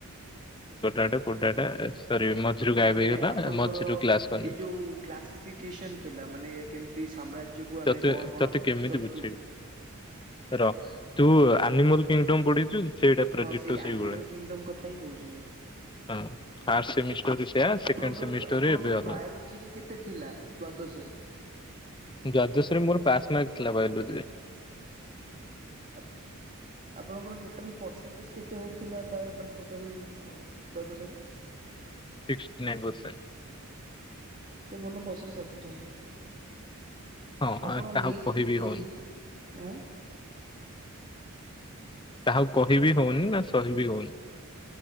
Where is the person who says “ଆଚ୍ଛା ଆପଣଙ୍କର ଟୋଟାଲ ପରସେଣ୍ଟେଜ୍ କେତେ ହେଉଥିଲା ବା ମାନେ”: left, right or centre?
Right